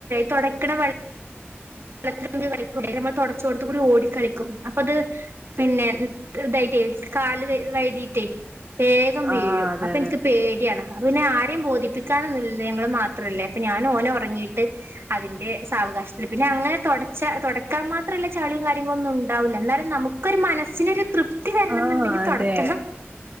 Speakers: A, on the right; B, on the right.
A: തുടക്കട വ വത്തില കളിക്കും നമ്മൾ തുടച്ചോടുത്ത് കൂടി ഓടിക്കളിക്കും അപ്പൊ അത് പിന്നെത കാല് വൈതിട്ടേ വേകം വീഴും
B: ആ അതെ
A: അപ്പൊ
B: അതെ
A: എനിക്ക് പേടിയാണ് പിന്നെ ആരെയും ബോധിപ്പിക്കാണ ഞങ്ങൾ മാത്രല്ലേ അപ്പൊ ഞാൻ ഓന ഉറങ്ങിയിട്ട് അതിന്റെ സാവകാശത്തിൽ പിന്നെ അങ്ങനെ തുടച്ച തുടക്കാൻ മാത്രമല്ല ചളിയും കാര്യങ്ങളൊന്നും ഉണ്ടാവില്ല എന്നാലും നമുക്കൊരു മനസ്സിനൊരു തൃപ്തി വരണം
B: ആഹ
A: എന്നുണ്ടെങ്കിൽ
B: അതെ
A: തുടക്കണം